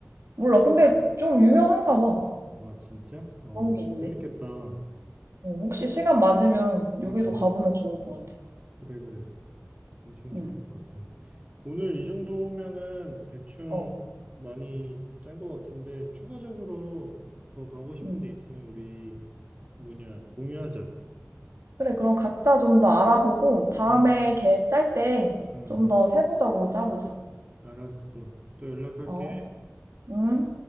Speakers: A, on the right; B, on the right.
A: 몰라. 근데 좀 유명한가 봐.
B: 아, 진짜? 어,
A: 그런 게 있네.
B: 재밌겠다.
A: 어, 혹시 시간 맞으면 여기도
B: 음,
A: 가보면 좋을 것 같아.
B: 그래, 그래. 엄청
A: 응.
B: 좋을 것 같아. 오늘 이 정도면은 대충
A: 어.
B: 많이 짠 것 같은데 추가적으로 더 가고 싶은
A: 응.
B: 데 있으면 우리 뭐냐 공유하자.
A: 그래, 그럼 각자 좀 더 알아보고 다음에
B: 응,
A: 계획 짤 때
B: 응,
A: 좀 더 세부적으로 짜보자.
B: 알았어. 또 연락할게.
A: 어? 응?